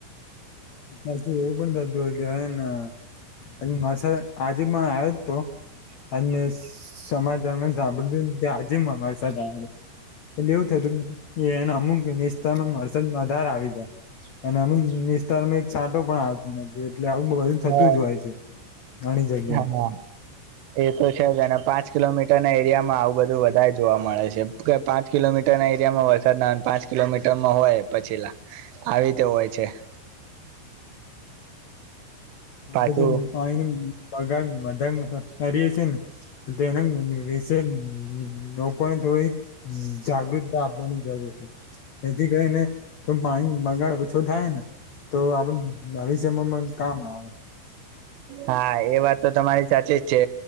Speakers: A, on the left (about 70°); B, on the right (about 80°).
A: પછી એવું પણ થતું હોય કે હસા આજે પણ આવ્યો જ તો અને સમાચાર સાંભળ તું ત્યાર થી અમ વરસાદ આવે એટલે એવું થયતું એને અમુક વિસ્તારમાં વરસાદ આધાર આવી જાય અને અમુક વિસ્તાર વિતારમાં એક છાંટો પણ આવતો નથી એટલે આવું બધું થતું
B: હા
A: જ હોય છે ઘણી જગ્યા
B: હા એ તો છે જ અને પાંચ કિલોમીટરના એરિયામાં આવું બધું વધારે જોવા મળે છે કે પાંચ પાંચ કિલોમીટર ના એરિયામાં વરસાદ ના પાંચ કિલોમીટરમાં હોય પછીલા આવી રીતે હોય છે
A: આપડે
B: પાછું
A: જે પાણી ન બગાડ બધા કરીએ છીએ ને તેના વિશે લોકોને થોડી જાગૃતતા આપવાની જરૂર છે એથી કરીઈને તો પાણી નો બગાડ ઓછો થાય ને તો આપણ ભવિષ્ય મા પણ કામ આવે
B: હા એ વાત તો તમારી સાચી જ છે